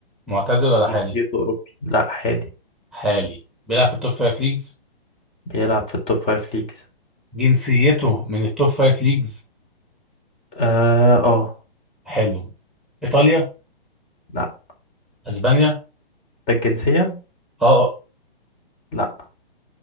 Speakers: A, in the centre; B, on the left (about 20°).
A: معتزل ولا حالي
B: جنسيته أوروبي لا حالي
A: حالي بيلعب في التوب فايف ليجز
B: بيلعب في التوب فايف ليجز
A: جنسيته من التوب فايف ليجز
B: اه اه
A: حلو ايطاليا
B: لا
A: اسبانيا
B: ده الجنسية
A: اه آه.
B: لا